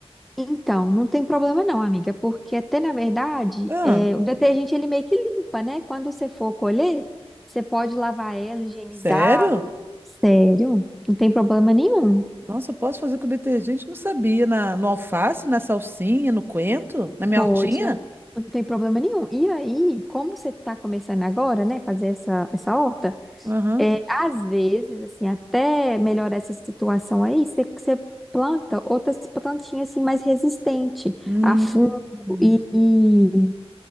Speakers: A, in the centre; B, on the right (about 20°).
A: Então, não tem problema não, amiga, porque até na verdade,
B: Ah,
A: é, o detergente ele meio que limpa, né? Quando você for colher, você pode lavar ela, higienizar.
B: sério?
A: Sério, não tem problema nenhum.
B: Nossa, eu posso fazer com detergente? Não sabia. Na, no alface, na salsinha, no coentro, na minha
A: Pode,
B: hortinha?
A: não, não tem problema nenhum. E aí, como você está começando agora, né, fazer essa, essa horta,
B: Aham.
A: é, às vezes, assim, até melhorar essa situação aí, você, você planta outras plantinhas, assim, mais resistente
B: Hum,
A: a fungo
B: hum.
A: e, e